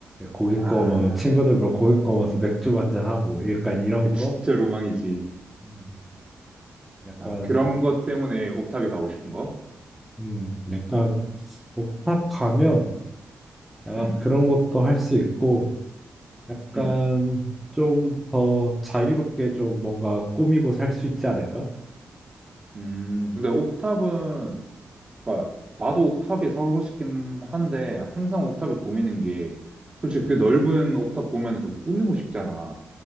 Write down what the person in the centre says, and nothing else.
고기
구워 먹으면 친구들 보러 고기 구워 먹으면서 맥주 한잔하고 약간 이런
거?
음, 약간,
음, 약간 옥탑 가면 약간
그런 것도 할 수 있고, 약간
좀 더 자유롭게 좀 뭔가 꾸미고 살 수 있지 않을까?
음,